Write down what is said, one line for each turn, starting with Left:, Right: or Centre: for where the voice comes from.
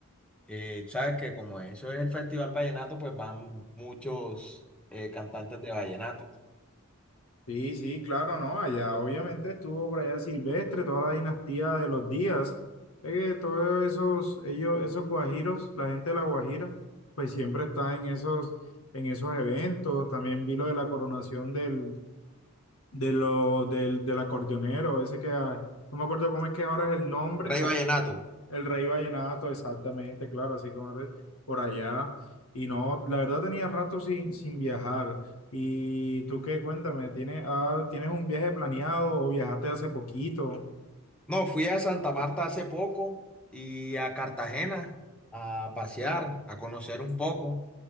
Centre: Eh, sabes que como eso es el Festival Vallenato, pues van muchos eh, cantantes de vallenato.
Left: Sí, sí, claro, no, allá obviamente estuvo por allá Silvestre, toda la dinastía de los Díaz, eh, todos esos, ellos, esos guajiros, la gente de la Guajira, pues siempre está en esos, en esos eventos. También vi lo de la coronación del, de lo, del, del acordeonero, ese que, ah, no me acuerdo cómo es que ahora es el nombre,
Centre: Rey
Left: no
Centre: Vallenato.
Left: sé si tú- el Rey Vallenato, exactamente, claro, así como es por allá. Y no, la verdad tenía rato sin, sin viajar. ¿Y tú qué? Cuéntame, ¿tienes, ah, ¿tienes un viaje planeado o viajaste hace poquito?
Centre: No, fui a Santa Marta hace poco y a Cartagena a pasear, a conocer un poco,